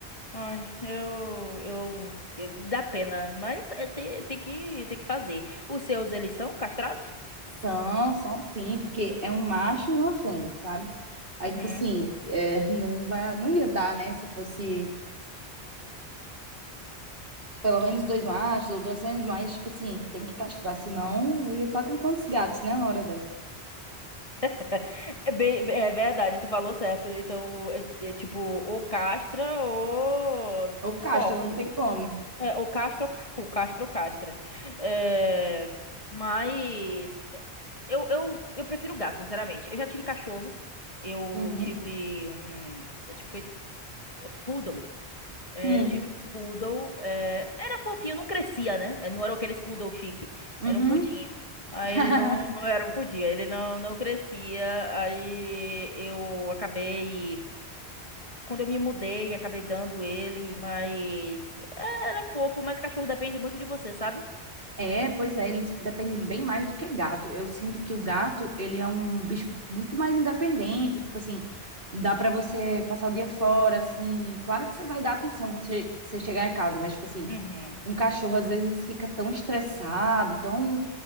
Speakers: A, on the left; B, on the right.
A: Ai, eu, eu, eu- dá pena, mas é, tem, tem que, tem que fazer. Os seus, eles são castrados?
B: São, são sim, porque é um macho e uma fêmea, sabe? Aí,
A: Uhum.
B: tipo assim, é, não vai, não ia dar, né? Se fosse pelo menos dois machos ou duas fêmeas, mas, tipo assim, tem que castrar, senão eu ia estar com quantos gatos, né? Uma hora dessa.
A: <laughs> É, bem, é verdade, tu falou certo. Então, é, é tipo, ou castra ou
B: Ou
A: tu
B: castra,
A: sofre.
B: não tem como.
A: É, o Castro, o Castro Castra. É, mas é, eu, eu, eu prefiro gato, sinceramente. Eu já tive cachorro. Eu
B: Uhum.
A: tive um. Acho que foi poodle. É,
B: Hum.
A: eu tive um poodle. é, era fofinho, não crescia, né? É, Não era aqueles poodle chique.
B: Uhum.
A: Era um pudinho. Aí
B: <laughs>
A: ele não era um pudim, aí ele não, não crescia. Aí eu acabei. Quando eu me mudei, acabei dando ele, mas é, era fofo, mas cachorro depende muito de você, sabe?
B: É, pois é, eles dependem bem mais do que gato. Eu sinto que o gato, ele é um bicho muito mais independente, tipo assim, dá pra você passar o dia fora, assim. Claro que você vai dar atenção quando você, você chegar em casa, mas, tipo assim,
A: Uhum.
B: um cachorro às vezes fica tão estressado, tão